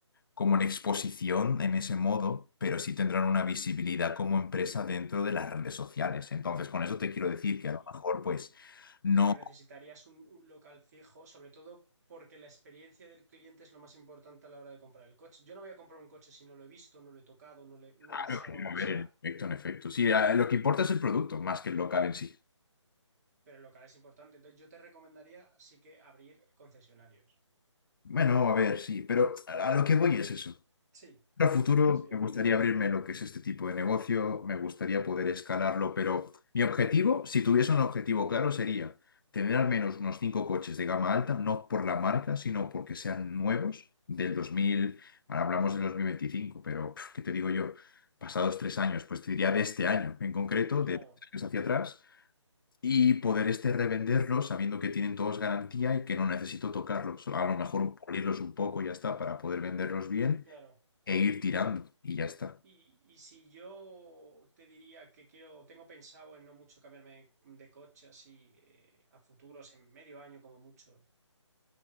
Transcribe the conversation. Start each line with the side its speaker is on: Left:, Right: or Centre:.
Left: Como en exposición en ese modo, pero sí tendrán una visibilidad como empresa dentro de las redes sociales. Entonces, con eso te quiero decir
Right: y,
Left: que a lo mejor, pues, no
Right: pero necesitarías un, un local fijo, sobre todo porque la experiencia del cliente es lo más importante a la hora de comprar el coche. Yo no voy a comprar un coche si no lo he visto, no lo he tocado, no, le- no
Left: Claro,
Right: lo he usado,
Left: que va
Right: aunque
Left: a promover.
Right: sea
Left: haber el efecto en efecto. Sí, a- lo que importa es el producto más que el local en sí.
Right: pero el local es importante. Entonces yo te recomendaría sí que abrir concesionarios.
Left: Bueno, a ver, sí, pero a a lo que voy es eso.
Right: Sí,
Left: A futuro
Right: que nos desviamos.
Left: me gustaría abrirme lo que es este tipo de negocio, me gustaría poder escalarlo, pero mi objetivo, si tuviese un objetivo claro, sería tener al menos unos cinco coches de gama alta, no por la marca, sino porque sean nuevos del 2000, ahora hablamos del 2025, pero pf, ¿qué te digo yo? Pasados tres años, pues te diría de este año en concreto,
Right: Claro,
Left: de tres años hacia atrás, y poder este revenderlos sabiendo que tienen todos garantía y que no necesito tocarlos, a lo mejor pulirlos un poco y ya está para poder venderlos bien
Right: claro.
Left: e ir tirando y ya está.
Right: Y, y si yo te diría que quiero, tengo pensado en no mucho cambiarme de coche así eh, a futuros, en medio año como mucho,